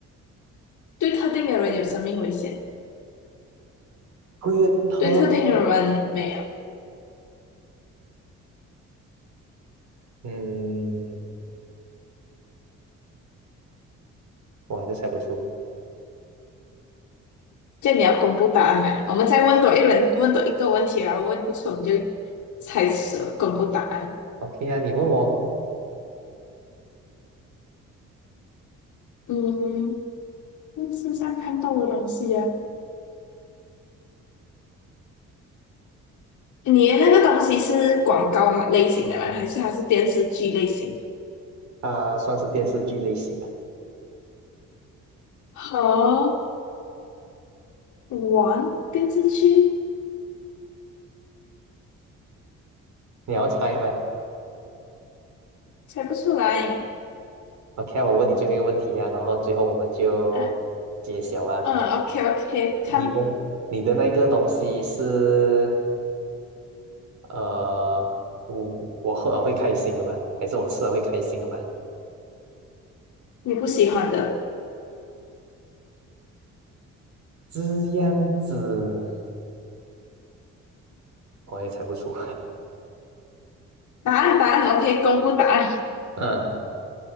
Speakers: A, on the left; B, on the right.
A: 对特定的人有生命危险，
B: 会喝？
A: 对特定的人没有。
B: 嗯，我还是猜不出。
A: 这样你要公布答案吗？我们再问多一轮，问多一个问题，然后问不出我们就猜测公布答案。
B: OK 啊，你问我，
A: 嗯，电视上看到的东西啊，你的那个东西是广告类型的吗？还是还是电视剧类型
B: 啊，算是电视剧类型的，
A: 好玩电视剧，
B: 你要猜吗
A: 猜不出来。
B: ？OK，啊我问你最后一个问题呀、然后最后我们就揭晓啊。
A: 啊嗯，OK OK，
B: 你的你的那个东西是
A: 看
B: 呃，我我喝了会开心的吗？还是我吃了会开心的吗？
A: 你不喜欢的
B: 这样子我也猜不出。
A: 答案，答案 OK，公布答案。
B: <laughs> 嗯，